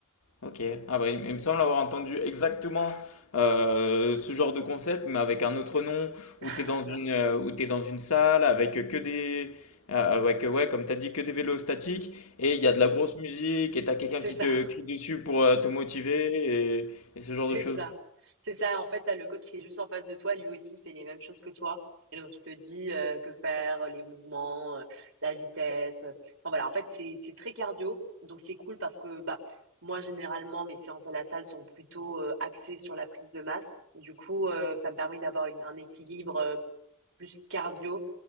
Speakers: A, on the left; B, on the right.
A: Ok. Ah bah, il il me semble avoir entendu exactement euh, ce genre de concept, mais avec un autre nom,
B: <laughs>
A: où tu es dans une, euh, où t'es dans une salle avec que des. euh, avec, euh, ouais, comme tu as dit, que des vélos statiques, et il y
B: C'est
A: a de
B: ça.
A: la grosse musique, et tu as quelqu'un
B: C'est
A: qui
B: ça.
A: te crie dessus pour euh, te motiver, et, et ce genre
B: C'est
A: de choses.
B: ça. C'est ça. En fait, t'as le coach qui est juste en face de toi. Lui aussi fait les mêmes choses que toi. Et donc, il te dit euh, que faire, les mouvements, euh, la vitesse. euh. Enfin, voilà. En fait, c'est, c'est très cardio. Donc, c'est cool parce que, bah, moi, généralement, mes séances à la salle sont plutôt euh, axées sur la prise de masse. Du coup, euh, ça me permet d'avoir une- un équilibre euh, plus cardio.